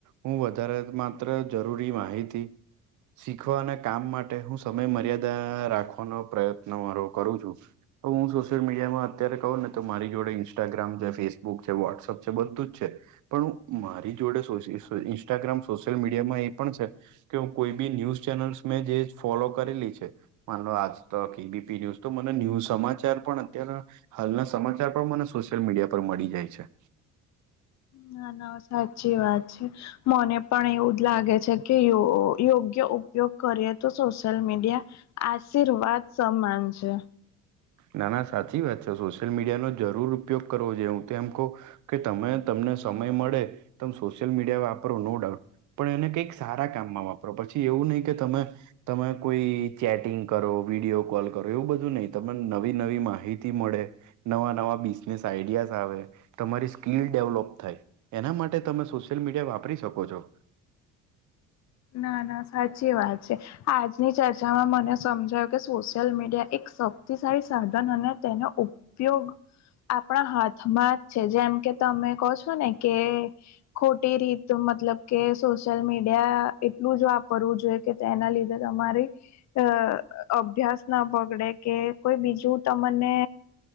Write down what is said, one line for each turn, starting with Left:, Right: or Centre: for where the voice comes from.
Right: હું વધારે માત્ર જરૂરી માહિતી શીખવા અને કામ માટે હું સમય મર્યાદા રાખવાનો પ્રયત્ન મારો કરું છું. તો હું સોશિયલ મીડિયામાં અત્યારે કહું ને તો મારી જોડે ઇન્સ્ટાગ્રામ છે ફેસ બુક છે, વોટ્સએપ છે, બધું જ છે. પણ <unintelligible> મારી જોડે સોશિયલ ઇન્સ્ટાગ્રામ સોશિયલ મીડિયામાં એ પણ છે કે હું કોઈ બી ન્યૂઝ ચેનલ્સ મેં જે ફોલો કરેલી છે માન લો આજ તો કેબીપી ન્યુઝ તો મને ન્યૂઝ સમાચાર પણ અત્યારે હાલના સમાચાર પણ મને સોશિયલ મીડિયા પર મળી જાય છે.
Left: ના ના સાચી વાત છે. મને પણ એવું જ લાગે છે કે યો યોગ્ય ઉપયોગ કરીએ તો સોશિયલ મીડિયા આશીર્વાદ સમાન છે.
Right: ના ના સાચી વાત છે સોશિયલ મીડિયાનો જરૂર ઉપયોગ કરવો જોઈએ હું તો એમ કહું કે તમે તમને સમય મળે તમે સોશિયલ મીડિયા વાપરો નો ડાઉટ પણ એને કંઈક સારા કામમાં વાપરો પછી એવું નહી કે તમે તમે કોઈ ચેટિંગ કરો વિડીયો કોલ કરો એવું બધું નહી તો પણ નવી નવી માહિતી મળે. નવા નવા બિઝનેસ આઈડિયાઝ આવે તમારી સ્કીલ ડેવલોપ થાય. એના માટે તમે સોશિયલ મીડિયા વાપરી શકો છો.
Left: ના ના સાચી વાત છે. આજની ચર્ચામાં મને સમજાયું કે સોશિયલ મીડિયા એક શક્તિશાળી સાધન અને તેનો ઉ ઉપયોગ આપણા હાથમાં જ છે જેમ કે તમે કહો છો ને કે ખોટી રીત મતલબ કે સોશિયલ મીડિયા એટલું જ વાપરવું જોઈએ કે તેના લીધે તમારે અ અભ્યાસ ના બગડે કે કોઈ બીજું તમને